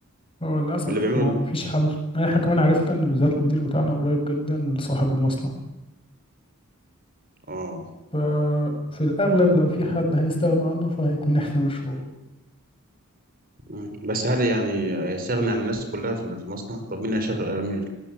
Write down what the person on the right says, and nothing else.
من اللي بيعمله
ده
اه
مم. بس هل يعني هيستغني عن الناس كلها في في المصنع؟ طب مين هيشغل مين